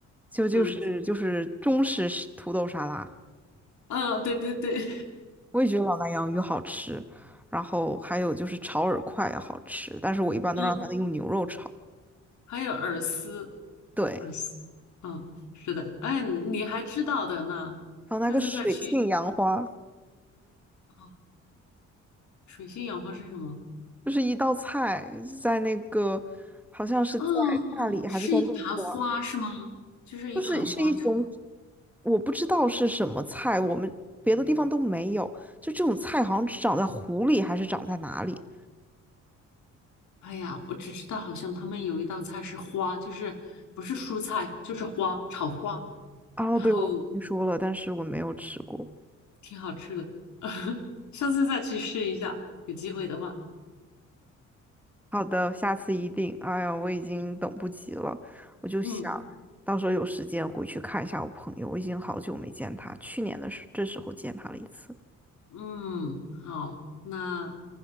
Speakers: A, in the centre; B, on the left.
A: 就就是就是中式是土豆沙拉。
B: 嗯，啊，对对对，
A: 我也觉得老南洋鱼好吃，然后还有就是炒饵块也好吃，但是我一般都让他用牛肉炒。
B: <laughs> 嗯，还有耳丝，
A: 对，
B: 耳丝，嗯，是的，哎，你还知道的呢，
A: 还有那个水性杨花，
B: 下次再去啊。水性杨花是什么？
A: 就是一道菜，在那个好像是在大理还是在陆家，
B: 嗯，是一盘花是吗？就是一盘花炒
A: 就是是一种我不知道是什么菜，我们别的地方都没有，就这种菜好像只长在湖里还是长在哪里。
B: 哎呀，我只知道好像他们有一道菜是花，就是不是蔬菜，就是花，炒花。
A: 哦，
B: 然后
A: 对，我听说了，但是我没有吃过。
B: 挺好吃的，<laughs> 下次再去试一下，有机会的话。
A: 好的，下次一定。哎呀，我已经等不及了，我就想到时候有时间回去看一下我朋友，
B: 嗯
A: 我已经好久没见他，去年的时这时候见他了一次。
B: 嗯，好，那